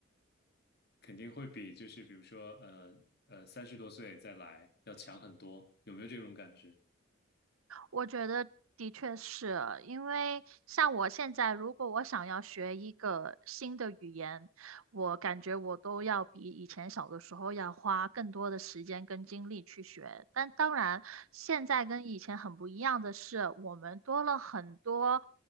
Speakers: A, on the left; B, on the right.
A: 肯定会比就是比如说，呃呃，三十多岁再来要强很多，有没有这种感觉？
B: 我觉得的确是，因为像我现在，如果我想要学一个新的语言，我感觉我都要比以前小的时候要花更多的时间跟精力去学。但当然，现在跟以前很不一样的是，我们多了很多，